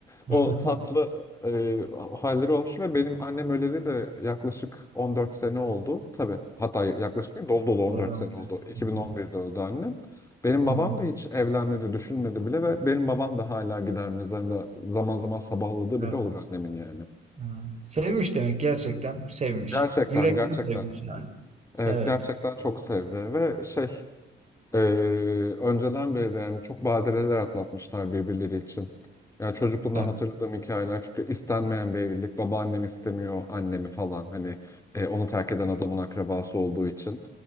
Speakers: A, on the left; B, on the right.
A: O
B: Hı.
A: tatlı
B: <laughs>
A: e, halleri olmuş ve benim annem öleli de yaklaşık 14 sene oldu. Tabii hatta yaklaşık değil dolu dolu
B: Allah
A: 14
B: rahmet
A: sene oldu.
B: eylesin.
A: 2011'de
B: Hı hı.
A: öldü annem. Benim babam
B: Aha.
A: da hiç evlenmedi, düşünmedi bile ve benim babam da hala gider mezarında zaman zaman sabahladığı
B: Evet.
A: bile olur annemin yani.
B: Aha. Sevmiş demek gerçekten sevmiş.
A: Gerçekten,
B: Yürekten
A: gerçekten.
B: sevmiş yani.
A: Evet
B: Evet.
A: gerçekten çok sevdi ve şey e, önceden beri de yani çok badireler atlatmışlar birbirleri için. Yani çocukluğumdan
B: Evet.
A: hatırladığım hikayeler çünkü istenmeyen bir evlilik babaannem istemiyor annemi falan hani e, onu terk eden adamın akrabası olduğu için.